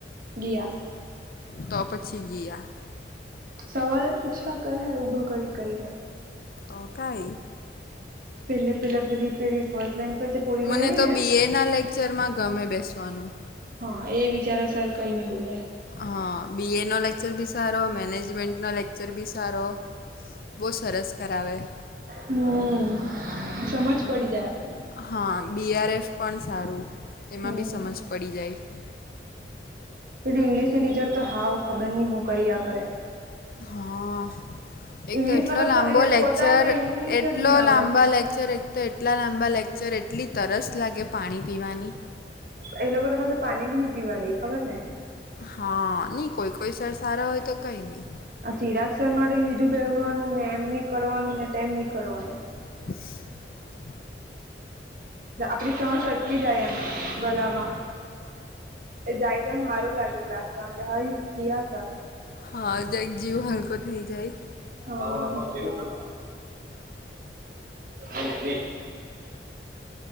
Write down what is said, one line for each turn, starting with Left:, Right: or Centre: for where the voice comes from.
Right: ગયા.
Left: તો પછી ગીયા.
Right: સવાલ જ પૂછ્યા કરે ઊભા કરી કરીને
Left: તો કાઈ.
Right: પહેલે પહેલા પીડી પીડી રફ પર પોરી
Left: મને
Right: બેહેલી
Left: તો
Right: ને
Left: બી એના લેક્ચરમાં ગમે બેસવાનું
Right: હા એ બિચારા સર કઈ નઈ બોલે
Left: હા બી એ નો લેક્ચર બીએ સારો મેનેજમેન્ટ નો લેક્ચર બી સારો બહુ સરસ કરાવે
Right: હમ સમજ પડી જાય આપણે
Left: હા બીઆરએફ પણ સારું તેમાં
Right: હમ
Left: બી સમજ પડી જાય.
Right: પેલી ઇંગ્લિશ ની ટીચર તો હાવ ખબર નહિ હું કરીયા કરે.
Left: હા. એક
Right: ઈંગ્લિશમાં
Left: તો એટલો લાંબો
Right: એને
Left: લેક્ચર
Right: પોતાને ઈંગ્લિશ
Left: એટલો
Right: જ નહી આવડે
Left: લાંબા લેક્ચર એક તો એટલા લાંબા લેક્ચર એટલી તરસ લાગે પાણી પીવાની
Right: એ લોકો તો પાછા પાણી બી નહી પીવા દે ખબર ને.
Left: હા નહી કોઈ કોઈ સર સારા હોય તો કઈ નહી.
Right: આ ચિરાગ સર મા તો હીધુ બેહવાનું ને એમ નહિ કરવાનું ને તેમ નહિ કરવાનું
Left: <unintelligible>
Right: આપડી સાંસ અટકી જાય એમ ગલામાં એ જાય તો એમ હારું એવું લાગે ક્લાસ માં કે હાયશ ગિયા સર.
Left: હા જક જીવ હલકો થઈ જાય
Right: હા <unintelligible> આજે ફર્સ્ટ